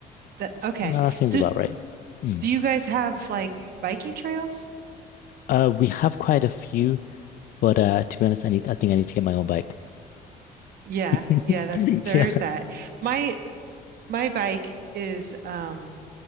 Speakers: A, on the right (about 65°); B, on the left (about 60°).
A: that okay.
B: No, that seems
A: So
B: about right. Mm.
A: do you guys have like biking trails?
B: Uh we have quite a few, but uh to be honest, I need I think I need to get my own bike.
A: Yeah,
B: <laughs>
A: yeah, that's there's
B: Yeah.
A: that. My my bike is um